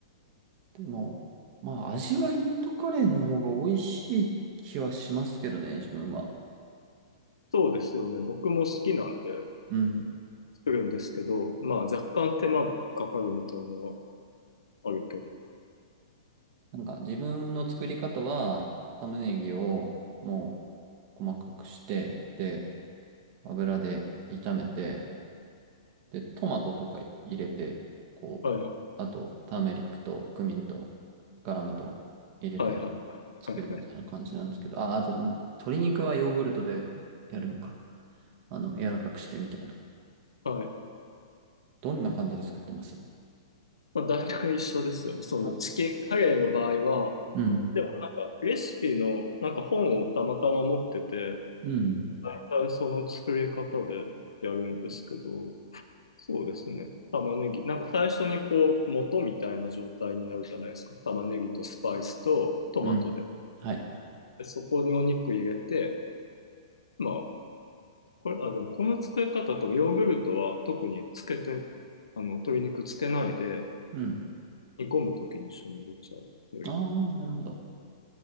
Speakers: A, on the right (about 40°); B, on the left (about 75°).
A: でも、まあ、味はインドカレーの方が美味しい気はしますけどね、自分は。
B: そうですよね。僕も好きなんで
A: うん。
B: 作るんですけど、まあ若干手間かかるみたいのはあるけど。
A: なんか自分の作り方は、玉ねぎをもう細かくして、で、油で炒めて、で、トマトとか入れて、こう、
B: はい
A: あと、ターメリックとクミンとガラムと入れて、
B: はいはいは
A: 作るみたいな感じなんですけど、
B: いはい。
A: あ、あと、鶏肉はヨーグルトでやるのか。あの、柔らかくしてみたいな。
B: はい
A: どんな感じで作ってます
B: まあ、大体一緒ですよね。そのチキンカレーの場合は、
A: あうん、
B: でもなんかレシピのなんか本をたまたま持ってて、
A: うん、
B: 大体その作り方でやるんですけど、そうですね。玉ねぎ、なんか最初にこう、元みたいな状態になるじゃないですか。玉ねぎとスパイスとトマトで。
A: うん、はい。
B: で、そこにお肉入れて、まあ、これ、あ、でもこの作り方とヨーグルトは特につけて、あの、鶏肉つけないで
A: うん。
B: 煮込むときに一緒に入れちゃうやり方
A: ああ、なるほど。